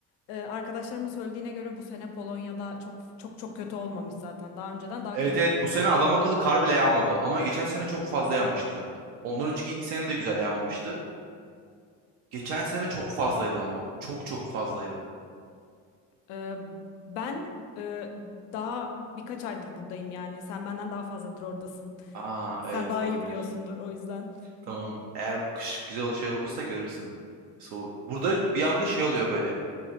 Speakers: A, on the left; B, on the right.
A: E, arkadaşlarımın söylediğine göre bu sene Polonya'da çok çok çok kötü olmamış zaten. Daha önceden daha
B: Evet
A: kötü
B: evet
A: oluyormuş.
B: bu sene adam akıllı kar bile yağmadı ama geçen sene çok fazla yağmıştı. Ondan önceki iki sene de güzel yağmamıştı. Geçen sene çok fazlaydı ama. Çok çok fazlaydı.
A: E, ben e, daha birkaç aydır buradayım yani. Sen benden daha fazladır oradasın.
B: Aa
A: Sen
B: evet
A: daha
B: olabilir.
A: iyi biliyorsundur o yüzden.
B: Tamam eğer bu kış güzel şey olursa görürsün. Soğuk. Burada bir anda şey oluyor böyle.